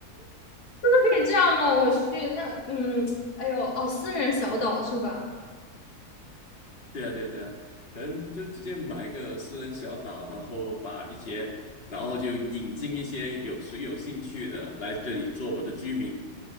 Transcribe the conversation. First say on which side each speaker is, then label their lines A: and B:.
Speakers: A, on the left; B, on the left.
A: 的可以这样吗？我去，那嗯，哎呦，哦，私人小岛是吧？
B: 对啊，对啊，对啊，可能就直接买一个私人小岛，然后把一些，然后就引进一些有谁有兴趣的来这里做我的居民，